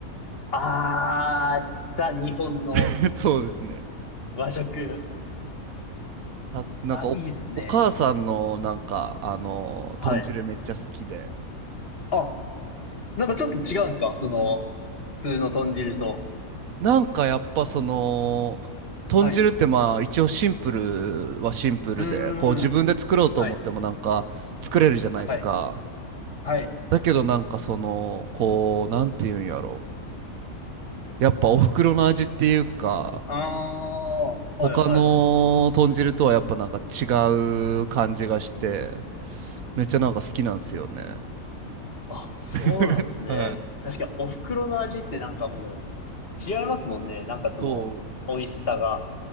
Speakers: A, on the left; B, on the right.
A: あー、ザ・日本の
B: <laughs> そうですね。
A: 和食。
B: あ、なんかお、
A: あ、いいっすね。
B: お母さんのなんかあの豚汁めっちゃ好きで
A: はい。あ、なんかちょっと違うんですかその、普通の豚汁と。
B: なんかやっぱその豚汁ってまあ一応シンプルはシンプルでこう自分で作ろうと思ってもなんか作れるじゃないですか
A: はい。うーん。はい、はい、はい。
B: だけどなんかそのこうなんていうんやろやっぱお袋の味っていうか
A: あー、
B: 他の豚汁とはやっぱなんか違
A: はい、はい。
B: う感じがしてめっちゃなんか好きなんですよね
A: あ、そうなんですね。
B: <laughs> はい。
A: 確かにお袋の味ってなんかもう違いますもんね。なんかその美味しさが。
B: そう